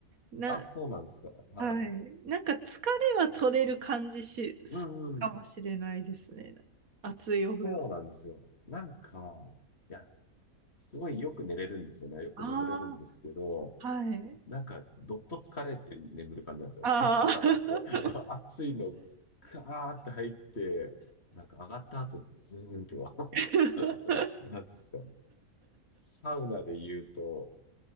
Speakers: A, on the right; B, on the left.
A: な、
B: あ、そうなんですか。はい。
A: はい。なんか疲れは取れる感じし、するかもしれないですね。
B: うんうん。
A: 暑いお風呂。
B: そうなんですよ。なんか、いや、すごいよく寝れるんですよね。よく眠れるんですけど、
A: あはい。
B: なんか、どっと疲れて眠る感じなんですよ。
A: ああ。
B: <laughs> 行った後は、<laughs> 暑いの、ガーって入って、なんか上がった後、ズーンとは、<laughs>
A: <laughs>
B: なんですかね、サウナで言うと、